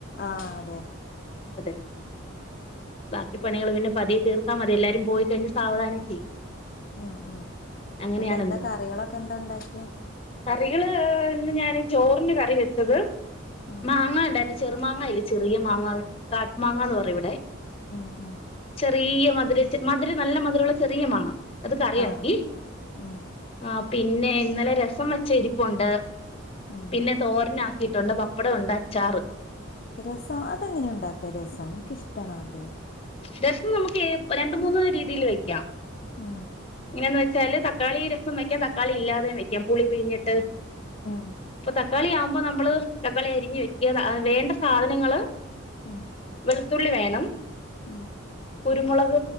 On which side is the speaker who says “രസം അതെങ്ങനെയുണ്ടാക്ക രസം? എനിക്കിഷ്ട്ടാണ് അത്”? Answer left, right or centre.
Left